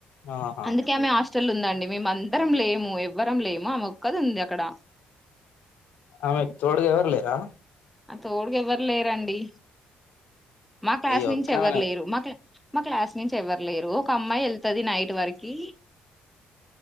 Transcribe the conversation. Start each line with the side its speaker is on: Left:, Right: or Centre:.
Left: ఆహా
Centre: అందుకే ఆమె హాస్టల్ ఉందండి మేము అందరం లేము ఎవ్వరం లేము మామే ఒక్కది ఉంది అక్కడ
Left: ఆమెక్ తోడ్గా ఎవర్ లేరా
Centre: ఆ తోడుగా ఎవ్వరు లేరండి మా క్లాస్
Left: అయ్యో
Centre: నుంచి
Left: ఒక్కమేనా
Centre: ఎవరు లేరు మా క్లా మా క్లాస్ నుంచి ఎవ్వరలేరు ఒక అమ్మాయి వెళ్తది నైట్ వరకి